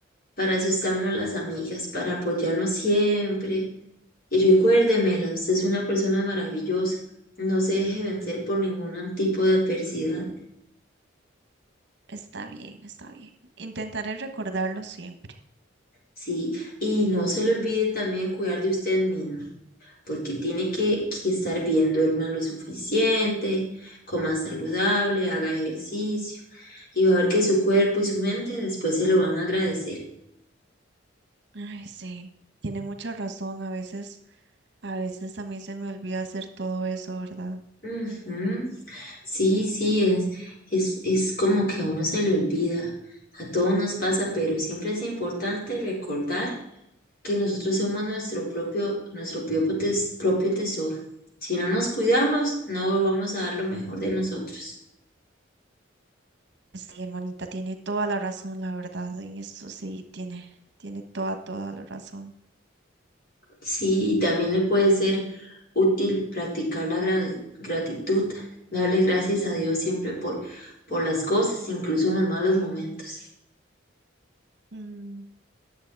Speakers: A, on the left (about 50°); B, on the right (about 60°).
A: Para eso estamos las amigas, para apoyarnos siempre. Y recuérdemela, usted es una persona maravillosa. No se deje vencer por ningún tipo de adversidad.
B: Está bien, está bien. Intentaré recordarlo siempre.
A: Sí, y no se le olvide también cuidar de usted misma. porque tiene que, que estar bien, duerma lo suficiente, coma saludable, haga ejercicio y va a ver que su cuerpo y su mente después se lo van a agradecer.
B: Ay, sí, tiene mucha razón. A veces, a veces a mí se me olvida hacer todo eso, ¿verdad?
A: Ujú. Sí, sí, es, es, es como que a uno se le olvida, a todos nos pasa, pero siempre es importante recordar que nosotros somos nuestro propio, nuestro propio, tes- propio tesoro. Si no nos cuidamos, no vamos a dar lo mejor de nosotros.
B: Sí, hermanita, tiene toda la razón, la verdad. En esto sí, tiene, tiene toda, toda la razón.
A: Sí, y también le puede ser útil practicar la gra- gratitud, darle gracias a Dios siempre por, por las cosas, incluso en los malos momentos.
B: Mm,